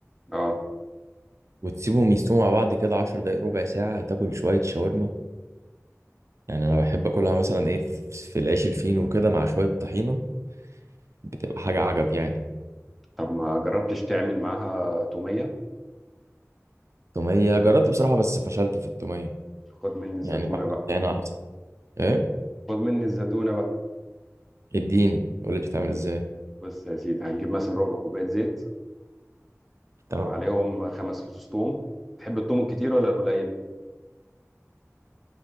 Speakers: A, in the centre; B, on the right.
A: اه
B: وتسيبهم يستووا مع بعض كده عشر دقايق ربع ساعة تاكل شوية شاورما يعني أنا بحب أكلها مثلا إيه في في العيش الفينو وكده مع شوية طحينة بتبقى حاجة عجب يعني
A: طب ما جربتش تعمل معاها تومية
B: تومية جربت بصراحة بس فشلت في التومية
A: خد مني الزيتونة
B: يعني بعمل
A: بقى
B: طحينة أحسن إيه
A: خد مني الزيتونة بقى
B: اديني قول لي بتتعمل إزاي
A: بص يا سيدي هتجيب مثلا ربع كوباية زيت
B: تمام
A: وعليهم خمس فصوص توم تحب التوم الكتير ولا القليل